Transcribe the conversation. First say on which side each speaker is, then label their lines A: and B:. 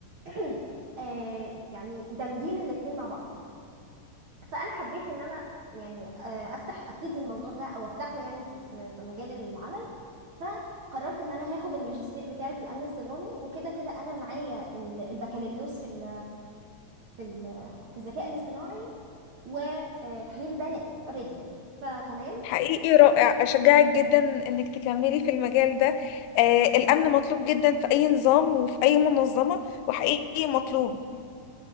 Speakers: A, on the right; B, on the left.
A: <clears throat> آه، يعني دامجين الاتنين مع بعض فانا حبيت ان انا يعني آه، افتح ابتدي الموضوع ده او افتحه يعني في في في مجال العمل فقررت ان انا هاخد الماجستير بتاعي في الامن السيبراني وكده كده انا معايا ال- البكالوريوس في ال في ال في الذكاء الاصطناعي وتحليل البيانات اوريدي فتمام
B: حقيقي رائع أشجعك جدا إنك تكملي في المجال ده آه الأمن مطلوب جدا في أي نظام وفي أي منظمة وحقيقي مطلوب